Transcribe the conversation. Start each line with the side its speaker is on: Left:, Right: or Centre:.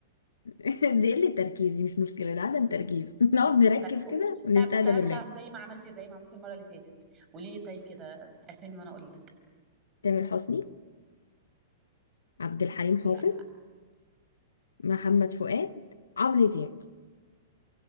Left: <laughs> دي قلة تركيز دي مش مشكلة ده عدم تركيز <laughs> نقعد نركز
Right: طب
Left: كده ونستهدى
Right: طب طب
Left: بالله
Right: طب زي ما عملتي زي ما عملتي المرة اللي فاتت قولي لي طيب كده أسامي وأنا أقول لك
Left: تامر حسني عبد الحليم حافظ
Right: لا
Left: محمد فؤاد عمرو دياب